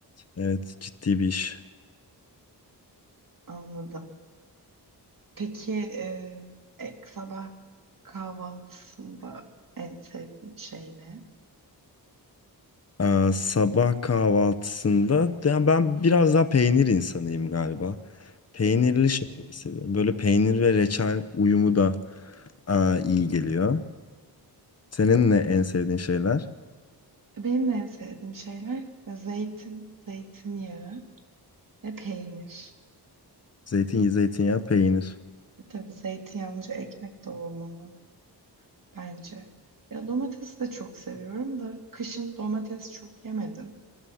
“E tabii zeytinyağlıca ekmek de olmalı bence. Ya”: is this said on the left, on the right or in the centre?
Right